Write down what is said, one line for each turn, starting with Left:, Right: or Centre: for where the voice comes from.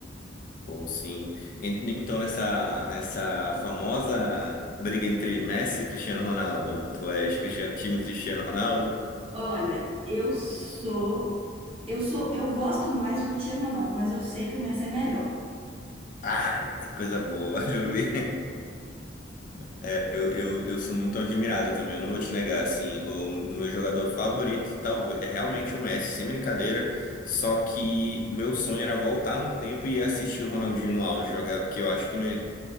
Left: Ou sim. En- Então, nessa, nessa famosa briga entre Messi e Cristiano Ronaldo, tu és Cristiano, time Cristiano Ronaldo?
Right: Olha, eu sou, eu sou, eu gosto mais do Cristiano Ronaldo, mas eu sei que o Messi é melhor.
Left: Ah, que coisa boa, <laughs> Jovi. É, eu, eu, eu sou muito admirado também, eu não vou te negar, assim, o, o meu jogador favorito talvez é realmente o Messi, sem brincadeira, só que o meu sonho era voltar no tempo e assistir o Ronaldinho no auge jogar, porque eu acho que, né,